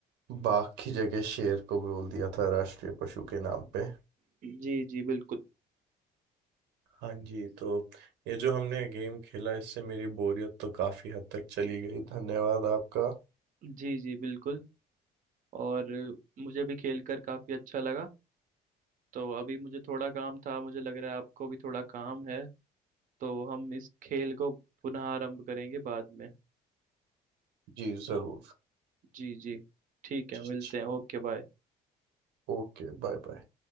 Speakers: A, on the right; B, on the right.
A: बाघ की जगह शेर को बोल दिया था राष्ट्रीय पशु के नाम पे
B: जी जी बिल्कुल
A: हाँ जी तो ये जो हमने गेम खेला इससे मेरी बोरियत तो काफी हद तक चली गई धन्यवाद आपका
B: जी जी बिल्कुल और मुझे भी खेल कर काफ़ी अच्छा लगा तो अभी मुझे थोड़ा काम था मुझे लग रहा है आपको भी थोड़ा काम है तो हम इस खेल को पुनः आरंभ करेंगे बाद में
A: जी जरूर
B: जी जी ठीक है
A: जी,
B: मिलते
A: जी।
B: हैं ओके बाय
A: Okay bye bye